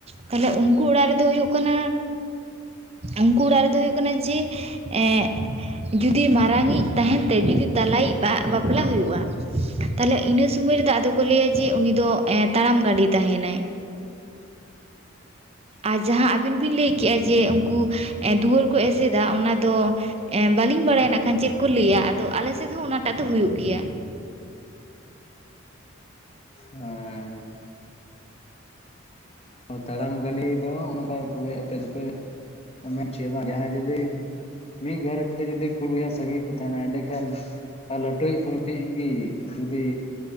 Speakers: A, on the right; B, on the left.
A: ᱛᱟᱦᱚᱞᱮ ᱩᱱᱠᱩ ᱚᱲᱟᱜ ᱨᱮᱫᱚ ᱦᱩᱭᱩᱜ ᱠᱟᱱᱟ ᱩᱱᱠᱩ ᱚᱲᱟᱜ ᱨᱮᱫᱚ ᱦᱩᱭᱩᱜ ᱠᱟᱱᱟ ᱡᱮ ᱮᱸᱜ ᱡᱩᱫᱤ ᱢᱟᱨᱟᱝ ᱤᱡ ᱛᱟᱦᱮᱱ ᱛᱮ ᱡᱩᱫᱤ ᱛᱟᱞᱟᱭᱤᱡ ᱵᱟ ᱵᱟᱯᱞᱟ ᱦᱩᱭᱩᱜ-ᱟ᱾ ᱛᱟᱦᱚᱞᱮ ᱤᱱᱟᱹ ᱥᱚᱢᱚᱭ ᱨᱮᱫᱚ ᱟᱫᱚ ᱠᱚ ᱞᱟᱹᱭ ᱟ ᱡᱮ ᱩᱱᱤ ᱫᱚ ᱮ ᱛᱟᱲᱟᱢ ᱜᱟᱹᱰᱤ ᱛᱟᱦᱮᱱᱟᱭ᱾
B: <inaudible>
A: ᱟᱨ ᱡᱟᱦᱟᱸ ᱟᱵᱤᱱ ᱵᱤᱱ ᱞᱟᱹᱭ ᱠᱮᱜ-ᱟ ᱡᱮ ᱩᱱᱠᱩ ᱫᱩᱣᱟᱹᱨ ᱠᱚ ᱮᱥᱮᱫᱟ ᱚᱱᱟ ᱫᱚ ᱮᱸ ᱵᱟᱹᱞᱤᱧ ᱵᱟᱲᱟᱭᱟ ᱱᱟᱜ ᱠᱷᱟᱱ ᱪᱮᱫ ᱠᱚ ᱞᱟᱹᱭ ᱟ ᱟᱫᱚ ᱟᱞᱮ ᱥᱮᱫ ᱦᱚᱸ ᱚᱱᱟᱴᱟᱜ ᱫᱚ ᱦᱩᱭᱩᱜ ᱜᱮᱭᱟ᱾
B: ᱦᱮᱸ ᱛᱟᱲᱟᱢ ᱜᱟᱹᱰᱤ ᱫᱚ ᱚᱱᱠᱟ ᱛᱮ ᱟᱯᱮ ᱫᱚᱯᱮ ᱢᱮᱱ ᱦᱚᱪᱚᱭᱟ ᱵᱟᱝ ᱡᱟᱦᱟᱸᱭ ᱡᱩᱫᱤ ᱢᱤᱫ ᱜᱷᱟᱨᱚᱸᱧᱡᱽ ᱨᱮ ᱡᱩᱫᱤ ᱠᱩᱲᱤ ᱵᱚᱭᱦᱟ ᱥᱟᱸᱜᱤ ᱠᱚ ᱛᱟᱦᱮᱱᱟ ᱮᱸᱰᱮ ᱠᱷᱟᱱ ᱞᱟ ᱞᱟᱴᱩᱭᱤᱡ ᱠᱷᱟᱱ ᱞᱟᱴᱩᱭᱤᱡ ᱜᱮ ᱡᱩᱫᱤ